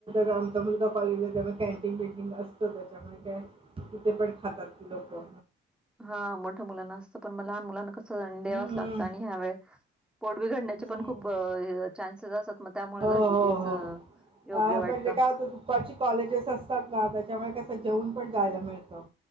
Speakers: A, on the right; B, in the centre.
A: रामचा मुलगा कॉलेजला त्या कॅन्टीन बिंटीन असतं त्याच्यामुळे काय तिथे पण खातात लोकं
B: हा मोठ्या मुलांना असतं पण मग लहान मुलांना कसं द्यावच
A: हं.
B: लागतं
A: हं.
B: आणि ह्या वेळ पोडव बिघडण्याचे
A: हं.
B: पण खूप चान्सेस असतात मग त्यामुळे
A: हो,
B: घरगुतीच
A: हो, हो.
B: योग्य
A: अ,
B: वाटतं
A: पण ते काय होतं दुपारची कॉलेजेस असतात ना त्याच्यामुळे कसं जेऊन पण जायला मिळतं